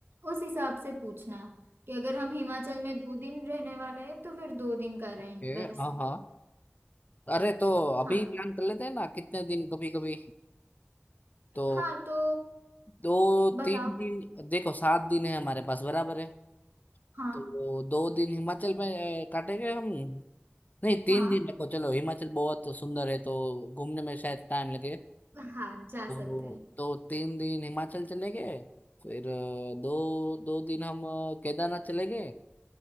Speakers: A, on the right; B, on the left.
A: उस हिसाब से पूछना कि अगर हम हिमाचल में दो दिन रहने वाले हैं तो फिर दो दिन का रेंट
B: ओके
A: वैसे
B: हाँ हाँ अरे तो अभी
A: हाँ
B: प्लान कर लेते हैं ना कितने दिन कभी कभी तो
A: हाँ तो
B: दो
A: बताओ
B: तीन दिन देखो सात दिन है हमारे पास बराबर है
A: हाँ
B: तो दो दिन हिमाचल में अ, काटेंगे हम नहीं तीन
A: हाँ
B: दिन देखो चलो हिमाचल बहुत सुंदर है तो घूमने में शायद टाइम लगे
A: हाँ जा
B: तो
A: सकते हैं
B: तो तीन दिन हिमाचल चले गए फिर अ, दो दो दिन हम अ, केदारनाथ चले गए